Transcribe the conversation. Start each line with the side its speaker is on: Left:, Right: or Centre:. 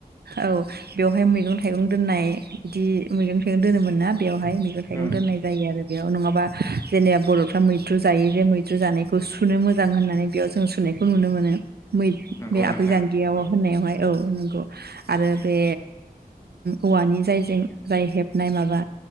Right: औ बेवहाय मैगं थाइगं दोननाय बिदि मैगं थाइगं दोनोमोन ना बेवहाय मैगं थाइगं
Left: ओम
Right: दोननाय जायो आरो बेयाव नङाबा जेने बरफ्रा मैद्रु जायो जे मैद्रु जानायखौ सुनो मोजां होननानै बेयाव जों सुनो नायखौ नुनो मोनो मै
Left: नंगौ
Right: बे
Left: नोंथां
Right: आबै जानगियाव
Left: औ
Right: होननायावहाय औ आरो बे औवानि जायजों जाय हेबनाय माबा